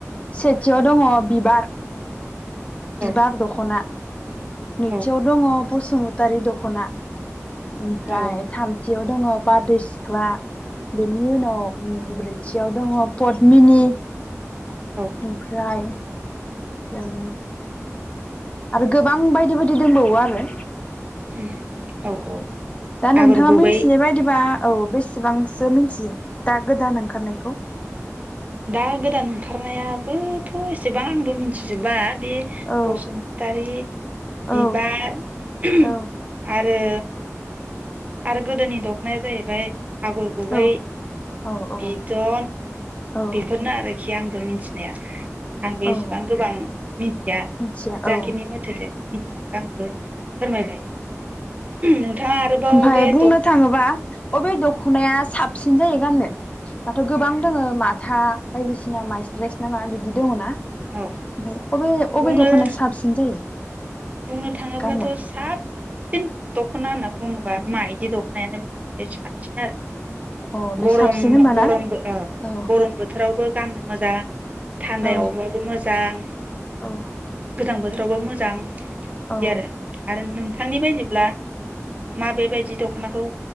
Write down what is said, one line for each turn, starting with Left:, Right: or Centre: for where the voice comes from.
Left: सेथियाव दङ बिबार बिबार
Right: औ
Left: दखा ना नैथियाव
Right: औ
Left: दङ बसुमतारि दख'ना ओमफ्राय
Right: औ
Left: थामथि खाथियाव दङ बारदै सिख्ला बेनि उनाव उम खाथियाव दङ पदमिनि
Right: औ
Left: ओमफ्राय जोम गोबां बायदि बायदि दंबावो आरो
Right: उम औ औ।
Left: दा नोंथाङा
Right: आगर गुबै
Left: मिथिनाय बायदिबा औ बे सेबांसो मिथियो दा गोदान ओं खारनायखौ।
Right: दा गोदान ओंखारनायाबोथ' एसेबां आंबो मिथिजोबा बे
Left: औ
Right: बसुमतारी, बिबार,
Left: औ
Right: आ
Left: औ
Right: रो आरो गोदोनि दखनाया जाहैबाय आगर गुबै
Left: औ औ औ
Right: बिदन
Left: औ
Right: बेफोरनो आरो खि आंबो मिथिनाया। आं बे
Left: औ
Right: एसेबां गोबां मिथिया
Left: मिथिया
Right: जा
Left: औ
Right: खिनि मथ'थिदो मिथिनायखो आंबो फोरमायबाय नोंथाङा आरोबाव
Left: ओमफ्राय
Right: बे
Left: बुंनो
Right: दख
Left: थाङोबा अबे दख'नाया साबसिन जायो गाननो? दाथ' गोबां दोङो मा था बायदिसिना मास्रेस ना मा बि दि दङ ना ओमफाय
Right: औ
Left: अबे
Right: बुंनो
Left: अबे दख'नाया साबसिन जायो।
Right: बुंनो थाङोब्लाथ'
Left: गाननो
Right: साबसिन दख'ना होनना बुङोबा माइदि दख'नायानो बयनिफ्राय साबसिन आरो।
Left: अ बे
Right: गरम
Left: साबसिन होनबाना
Right: गरम ओ
Left: औ
Right: गरम बोथोरावबो गाननो मोजां थान्दायावबाबो
Left: औ
Right: मो जां
Left: औ।
Right: गोजां बोथोरावबाबो मोजां
Left: औ
Right: दि आरो आरो नों थांनि बायदिब्ला माबेबायदि दख'नाखौ